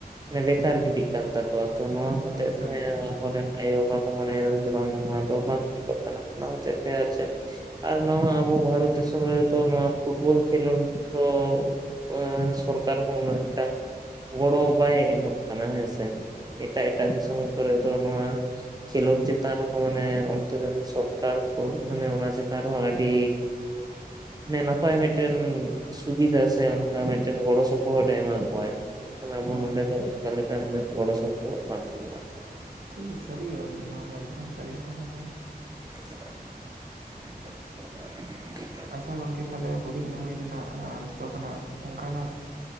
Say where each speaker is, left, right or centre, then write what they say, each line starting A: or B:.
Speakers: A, on the right (about 25°); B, on the right (about 65°).
A: ᱢᱟᱱᱮ ᱵᱮᱠᱟᱨ ᱜᱤᱰᱤᱜ ᱠᱟᱱ ᱛᱟᱠᱚᱣᱟ ᱛᱚ, ᱱᱚᱣᱟ
B: ᱮᱠᱫᱚᱢ
A: ᱦᱚᱛᱮᱜ
B: ᱥᱟᱹᱨᱤ
A: ᱛᱮ
B: ᱜᱮ ᱜᱚᱝᱠᱮ
A: ᱟᱵᱚᱨᱮᱱ ᱟᱭᱳ-ᱵᱟᱵᱟ ᱠᱚ ᱢᱚᱱᱮᱭᱮᱫᱟ ᱡᱮ ᱵᱟᱝ ᱱᱚᱣᱟ ᱫᱚ ᱵᱟᱝ ᱴᱷᱤᱠᱚᱜ ᱠᱟᱱᱟ ᱚᱱᱟ ᱦᱚᱛᱮᱜ ᱛᱮ ᱟᱨ ᱪᱮᱫ ᱟᱨ ᱱᱚᱣᱟ ᱢᱟ ᱟᱵᱚ ᱵᱷᱟᱨᱚᱛ ᱫᱤᱥᱚᱢ ᱨᱮᱫᱚ ᱱᱚᱣᱟ ᱯᱷᱩᱴᱵᱚᱞ ᱠᱷᱮᱞᱳᱱᱰ ᱫᱚ ᱚᱻ ᱥᱚᱨᱠᱟᱨ ᱦᱚᱸ ᱚᱱᱮ ᱚᱝᱠᱟ᱾ ᱜᱚᱲᱚ ᱵᱟᱭ ᱮᱢᱟᱜ ᱠᱟᱱᱟ ᱦᱮᱸ ᱥᱮ᱾ ᱮᱴᱟᱜ ᱮᱴᱟᱜ ᱫᱤᱥᱚᱢ ᱠᱚᱨᱮ ᱫᱚ ᱱᱚᱣᱟ ᱠᱷᱮᱞᱚᱱᱰ ᱪᱮᱛᱟᱱ ᱨᱮᱦᱚᱸ ᱢᱟᱱᱮ ᱚᱱᱛᱮ ᱨᱮᱱ ᱥᱚᱨᱠᱟᱨ ᱠᱚ ᱢᱟᱱᱮ ᱚᱱᱟ ᱪᱮᱛᱟᱱ ᱨᱮᱦᱚᱸ ᱟᱹᱰᱤ ᱦᱮᱸ ᱱᱟᱯᱟᱭ ᱢᱤᱫᱴᱮᱱ ᱥᱩᱵᱤᱫᱷᱟ ᱥᱮ ᱚᱱ ᱠᱟ ᱢᱤᱫᱴᱮᱱ ᱜᱚᱲᱚ ᱥᱚᱯᱚᱦᱚᱫ ᱮ ᱮᱢᱟ ᱠᱚᱣᱟᱭ᱾ ᱢᱮᱱᱠᱷᱟᱱ ᱟᱵᱚ
B: ᱦᱮᱸ
A: ᱱᱚᱸᱰᱮ
B: ᱦᱮᱸ
A: ᱫᱚ ᱚᱱᱠᱟ ᱞᱮᱠᱟ ᱤᱱᱟᱹᱜ ᱜᱚᱲᱚ ᱥᱚᱯᱚᱦᱚᱫ ᱵᱟᱝ ᱛᱟᱸᱦᱮᱱᱟ᱾
B: ᱴᱷᱤᱠ ᱜᱮ ᱥᱟᱹᱨᱤ ᱜᱮ ᱜᱚᱝᱠᱮ ᱱᱚᱣᱟ ᱫᱚ ᱮᱠᱫᱚᱢ ᱥᱟᱹᱨᱤ ᱠᱟᱛᱷᱟ ᱠᱟᱱ ᱜᱮᱭᱟ᱾
A: <unintelligible>
B: ᱟᱪᱪᱷᱟ ᱜᱚᱝᱠᱮ ᱛᱟᱦᱞᱮ ᱦᱩᱰᱤᱧ ᱩᱢᱮᱹᱨ ᱨᱮᱱᱟᱜ ᱡᱚᱛᱚ ᱠᱷᱚᱱᱟᱜ ᱚᱝᱠᱟᱱᱟᱜ